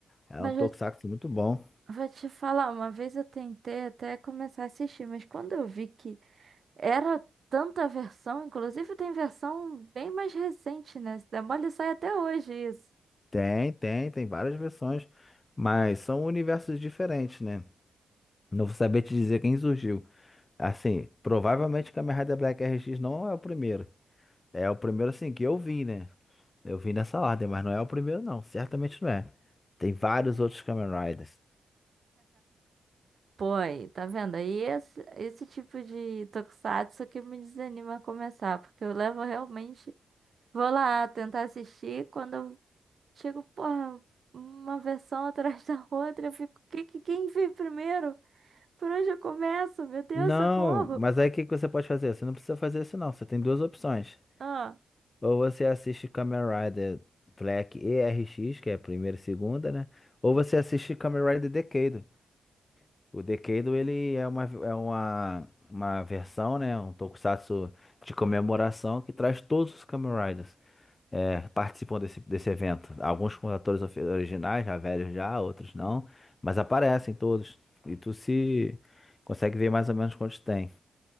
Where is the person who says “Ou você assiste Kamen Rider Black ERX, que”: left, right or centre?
Left